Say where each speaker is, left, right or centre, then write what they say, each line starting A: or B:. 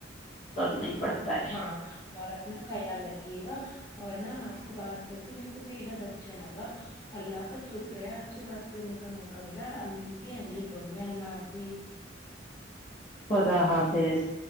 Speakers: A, on the left; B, on the left.
A: کرنا ہی پڑتا ہے
B: ہاں اور اپنا خیال رکھ کیے گا اور ن آپ سے بات کر کے میرے کو بےحد اچھا لگا اللہ کا شکر ہے آپ سے بات کرنے کا موقع ملا اب ملتی انگل کول میں اللہ حافظ
A: خدا حافظ